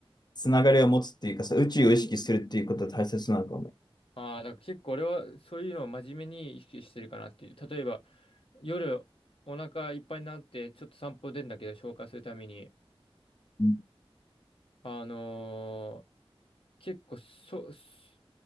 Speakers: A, on the left; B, on the left.
A: つながりを持つっていうかさ、宇宙を意識するっていうことは大切なのかもね。
B: ああ、だから結構俺はそういうのを真面目に意識してるかなっていう。例えば、夜お腹いっぱいになってちょっと散歩出るんだけど消化するために、
A: うん
B: あのー結構そ、そ